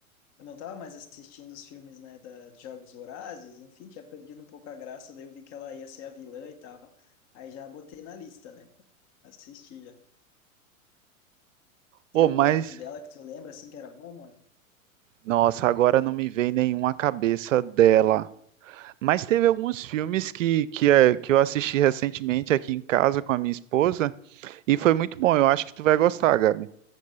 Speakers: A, on the left; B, on the right.
A: eu não tava mais assistindo os filmes, né, da dos Jogos Vorazes, enfim, tinha perdido um pouco a graça, daí eu vi que ela ia ser a vilã e tal. Aí já botei na lista, né? Assisti já.
B: Pô,
A: Tem algum
B: mas,
A: outro dela que tu lembra assim que era bom, mano?
B: nossa, agora não me vem nenhuma cabeça dela. Mas teve alguns filmes que, que, eh, que eu assisti recentemente aqui em casa com a minha esposa e foi muito bom.
A: Tem.
B: Eu acho que tu vai gostar, Gabi.